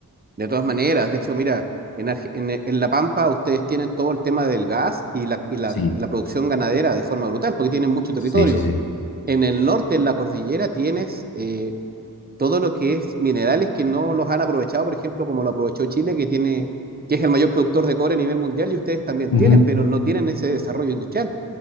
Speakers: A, on the right (about 25°); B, on the left (about 70°).
A: De todas maneras, de hecho, mira, en, Arge- en- en La Pampa ustedes tienen todo el tema del gas y la, y la,
B: Sí,
A: y la producción ganadera de forma brutal, porque tienen mucho territorio.
B: sí, sí, sí.
A: En el norte, en la cordillera, tienes eh, todo lo que es minerales que no los han aprovechado, por ejemplo, como lo aprovechó Chile, que tiene, que es el mayor productor de cobre a nivel mundial y ustedes también
B: Ujú,
A: tienen, pero no tienen ese desarrollo industrial,